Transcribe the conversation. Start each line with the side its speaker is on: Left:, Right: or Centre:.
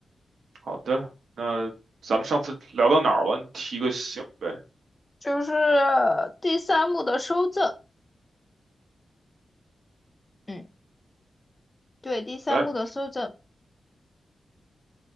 Right: 好的，那咱们上次聊到哪儿了？你提个醒呗。
Left: 就是第三幕的收证，嗯，对，第三幕的收证，
Right: 来，